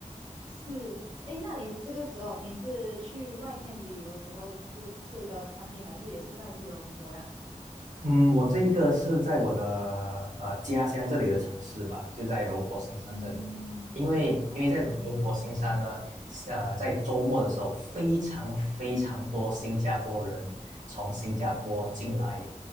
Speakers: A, on the right; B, on the right.
A: 是，诶，那你这个时候你是去外面旅游的时候就吃的餐厅，还是也是在吉隆坡呀？
B: 嗯，我这个是在我的呃家乡这里的城市吧，就在柔佛新山这里。
A: 嗯，
B: 因为因为在柔柔佛新山呢，
A: 哦，好好
B: 呃，在周末的时候，非常非常多新加坡人从新加坡进来，